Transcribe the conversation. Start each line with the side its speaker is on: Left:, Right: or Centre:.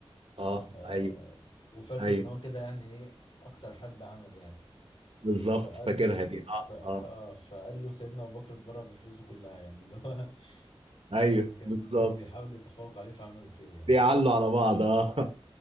Right: اه
Left: آه
Right: ايوه
Left: وفاكر
Right: ايوه
Left: ان هو كده يعني ايه اكتر حد عمل يعني
Right: بالظبط
Left: فقال
Right: فاكرها دي اه
Left: ف- آه
Right: اه
Left: فقال له سيدنا ابو بكر اتبرع بفلوسه كلها يعني اللي هو <laughs>
Right: ايوه
Left: كان كان
Right: بالظبط
Left: بيحاول يتفوق عليه في عمل الخير يعني
Right: بيعلوا على بعض اه